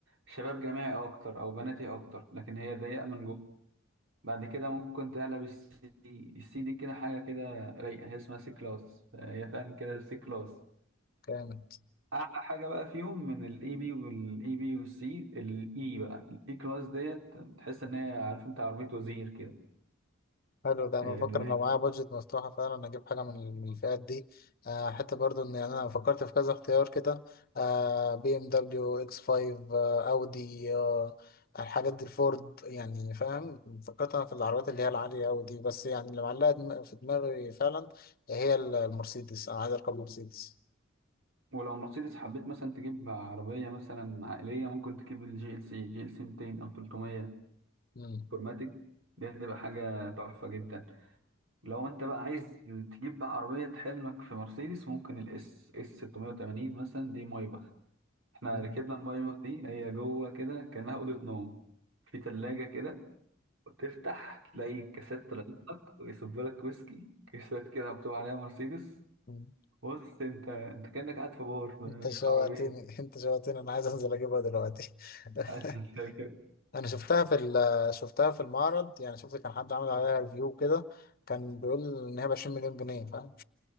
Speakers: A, on the right; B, on the left.
A: شباب جامعي اكتر او بناتي اكتر لكن هي ضيقه من جوه بعد كده ممكن تقلب السي دي السي دي كده حاجه كده رايقه هي اسمها سي كلاس هي فعلا كده السي كلاس
B: امم
A: اعلى حاجه بقى فيهم من الاي بي والاي بي والسي الاي بقى الاي كلاس ديت تحس ان هي عارف انت عربيه وزير كده
B: حلو ده انا
A: اللي
B: بفكر لو
A: هي
B: معايا بادجت مفتوحه فعلا اجيب حاجه من من الفئات دي آه حتى برضو ان انا فكرت في كذا اختيار كده آه بي ام دبليو اكس 5 آه اودي آه الحاجات دي الفورد يعني فاهم فكرت انا في العربيات اللي هي العاليه قوي دي بس يعني اللي معلقه دم- في دماغي فعلا هي ال- المرسيدس انا عايز اركب مرسيدس
A: ولو مرسيدس حبيت مثلا تجيب عربيه مثلا عائليه ممكن تجيب الجي ال سي جي ال سي 200 او 300
B: مم.
A: فورماتيك دي هتبقى حاجة تحفة جدا لو انت بقى عايز تجيب بقى عربية حلمك في مرسيدس ممكن الاس اس 680 مثلا دي مايباخ احنا
B: مم.
A: ركبنا المايباخ دي هي جوه كده كأنها أوضة نوم في تلاجة كده وتفتح تلاقي كاسات طلعت لك ويصب لك ويسكي كاسات كده مكتوب عليها مرسيدس
B: مم.
A: بص انت انت كأنك قاعد في بار
B: انت
A: مش
B: شوقتني
A: في عربية
B: انت شوقتني انا عايز انزل اجيبها دلوقتي
A: <laughs>
B: <laughs> انا شفتها في ال- شفتها في المعرض يعني شفت كان حد عامل عليها ريفيو كده كان بيقول ان هي ب 20 مليون جنيه فاهم